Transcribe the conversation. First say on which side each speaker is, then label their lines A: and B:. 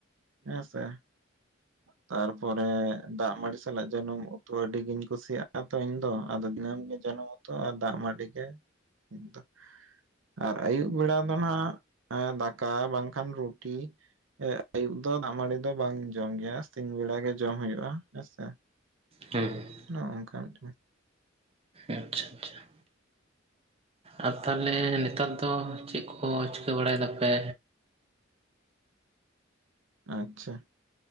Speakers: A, on the right; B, on the right.
A: ᱦᱮᱸ ᱥᱮ ᱛᱟᱨᱯᱚᱨᱮ ᱫᱟᱜ ᱢᱟᱹᱲᱤ ᱥᱟᱞᱟᱜ ᱡᱟᱹᱱᱢ ᱩᱛᱩ ᱟᱹᱰᱤᱜᱤᱧ ᱠᱩᱥᱤᱭᱟᱜᱼᱟ ᱛᱚ ᱤᱧ ᱫᱚ ᱟᱫᱚ ᱫᱤᱱᱟᱹᱢ ᱜᱮ ᱡᱟᱱᱩᱢ ᱩᱛᱩ ᱟᱨ ᱫᱟᱜ ᱢᱟᱺᱰᱤ ᱜᱮ ᱤᱧ ᱫᱚ ᱟᱨ ᱟᱹᱭᱩᱵ ᱵᱮᱲᱟ ᱫᱚ ᱱᱟᱜ ᱫᱟᱠᱟ ᱵᱟᱝᱠᱷᱟᱱ ᱨᱩᱴᱤ ᱟᱹᱭᱩᱵ ᱫᱚ ᱫᱟᱜ ᱢᱟᱹᱰᱤ ᱫᱚ ᱵᱟᱝ ᱡᱚᱢ ᱜᱮᱭᱟ ᱥᱤᱧ ᱵᱮᱲᱟ ᱜᱮ ᱡᱚᱢ ᱦᱩᱭᱩᱜᱼᱟ ᱦᱮᱸᱥᱮ
B: ᱦᱩᱸ
A: ᱱᱚᱝᱠᱟ ᱢᱤᱫᱴᱮᱱ
B: ᱟᱪᱪᱷᱟ ᱟᱪᱪᱷᱟ ᱾ ᱟᱨ ᱛᱟᱦᱚᱞᱮ ᱱᱮᱛᱟᱨ ᱫᱚ ᱪᱮᱫ ᱠᱚ ᱪᱤᱠᱟᱹ ᱵᱟᱲᱟᱭ ᱫᱟᱯᱮ!
A: ᱟᱪᱪᱷᱟ᱾